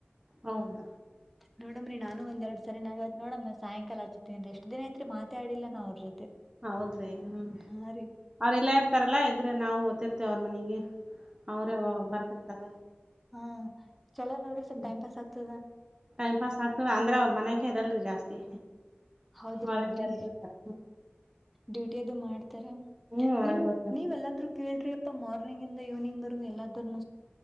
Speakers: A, on the right; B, in the centre.
A: ಹೌದ
B: ನೋಡಮ್ರೀ ನಾನು ಒಂದ್ ಎರಡ್ ಸರಿ ನಾವ್ ನೋಡಮ ಸಾಯಂಕಾಲ ಹಚ್ಚ ಎಷ್ಟ ದಿನ ಐತ್ರಿ ಮಾತಾಡಿಲ್ಲ ನಾ ಅವ್ರ ಜೊತೆ
A: ಹೌದ್ರಿ ಹ್ಮ್
B: ಹಾ ರೀ
A: ಅವ್ರ ಇಲ್ಲಾ ಇರ್ತಾರಲ್ಲಾ ಇದ್ರೆ ನಾವು ಹೊತಿರ್ತೇವೆ ಅವ್ರ ಮನೆಗೆ ಅವರ ಬರ್ತಿರ್ತಾರ
B: ಹಾ ಚಲೋ ನೋಡ್ರಿ ಸ್ವಲ್ಪ್
A: ಹ್ಮ್
B: ಟೈಮ್ ಪಾಸ್ ಆಗ್ತದ
A: ಟೈಮ್ ಪಾಸ್ ಆಗ್ತದೆ ಅಂದ್ರೆ ಅವ್ರ ಮನ್ಯಗೆ ಇರಲ್ರಿ ಜಾಸ್ತಿ
B: ಹೌದ್ರಿ
A: ಹೊರಗೆ
B: ಹೌದ್ರಿ
A: ಇರ್ತಿರ್ತಾರ
B: ಡ್ಯೂಟಿ ಅದು ಮಾಡ
A: ಹ್ಮ್ ಹೊರಗ್
B: ನೀ
A: ಹೋಗ್ತಾರ
B: ನೀವ ಎಲ್ಲಾದ್ರೂ ಕೇಳ್ರಿ ಅಪ್ಪ ಮಾರ್ನಿಂಗ್ ಇಂದ ಇವ್ನಿಂಗ್ ವರೆಗೂ ಎಲ್ಲಾದ್ರೂ